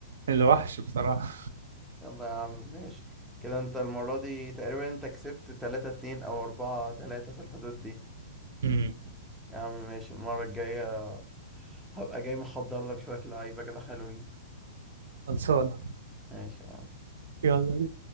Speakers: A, on the right; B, in the centre.
A: الوحش بصراحة
B: يلا يا عم ماشي كده انت المرة دي تقريبا انت كسبت تلاتة اتنين او اربعة تلاتة في الحدود دي
A: امم
B: يا عم ماشي المرة الجاية هبقى جاي محضر لك شوية لعيبة كده حلوين
A: خلصانة
B: ماشي يا عم
A: يلا